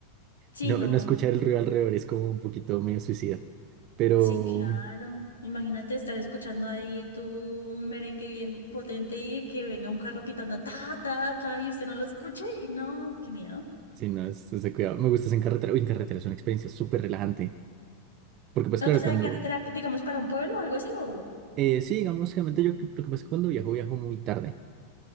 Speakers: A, on the left; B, on the right.
A: Sí,
B: No,
A: no,
B: no escuchar el ruido alrededor es como un poquito medio suicida. Pero
A: sí, claro. Imagínate estar escuchando ahí tú un merengue bien potente y que venga un carro pitando ta, ta, ta y usted no lo escuche y no, qué miedo.
B: si no, es, es de cuidado. Me gusta hacer en carretera. Uy, en carretera es una experiencia súper relajante. Porque pues claro,
A: O o sea,
B: cuando...
A: en carretera, digamos, para un pueblo o algo así, o
B: eh, sí, digamos, generalmente yo, lo que pasa es que cuando viajo, viajo muy tarde.